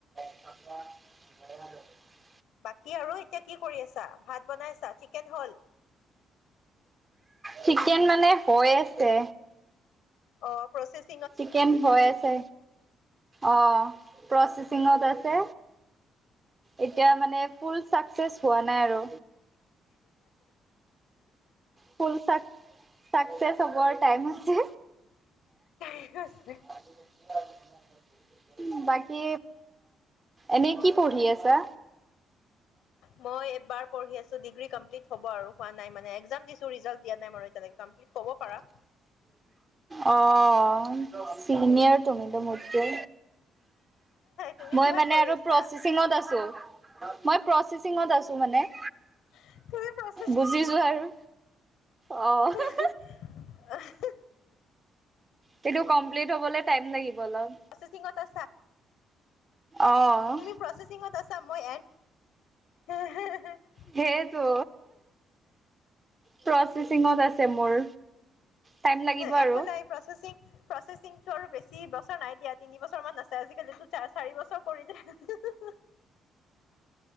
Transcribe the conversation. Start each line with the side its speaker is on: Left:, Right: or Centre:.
Right: <unintelligible>
Left: বাকী আৰু এতিয়া কি কৰি আছা, ভাত বনাই চা, চিকেন হল?
Right: চিকেন মানে হৈ আছে।
Left: অ', প্ৰচেছ
Right: চিকেন হৈ আছে, অ', প্ৰচচিঙত আছে। এতিয়া মানে ফুল চাকচেচ হোৱা নাই আৰু। ফুল চাক, চাকছেচ হ'ব টাইম আছে।
Left: <unintelligible>
Right: <unintelligible> বাকী, এনেই কি পঢ়ি আছা?
Left: মই এবাৰ পঢ়ি আছো, ডিগ্ৰী কমপ্লি হ'ব আৰু, হোৱা নাই, মানে একজাম দিছো, ৰিজাল্ট দিয়া নাই মানে এতিয়া লৈকে। কমপ্লিট ক'ব পাৰা।
Right: অ', চিনিয়ৰ তুমিতো মোতকে।
Left: তুমি
Right: মই
Left: কিহত
Right: মানে
Left: কৰি
Right: আৰু
Left: আছা
Right: প্ৰচি সিঙত আছোঁ, মই প্ৰচি সিঙত আছোঁ মানে।
Left: <unintelligible>
Right: বুজি যোৱা আৰু, অ'।
Left: আহ।
Right: কিন্তু কমপ্লিট হ'বলৈ টাইম লাগিব অলপ।
Left: প্ৰচেছিংত আছা।
Right: অ'।
Left: প্ৰচেছিংত আছা, মই <unintelligible>
Right: সেয়েটো, প্ৰচেছিংত আছে মোৰ। টাইম লাগিব
Left: একো
Right: আৰু
Left: নাই, প্ৰচেচিং, প্ৰচেচিংতটো আৰু বেছি বছৰ নাই দিয়া। তিনি বছৰ মান আছে, আজিকালিতো চাৰি বছৰ কৰিলে।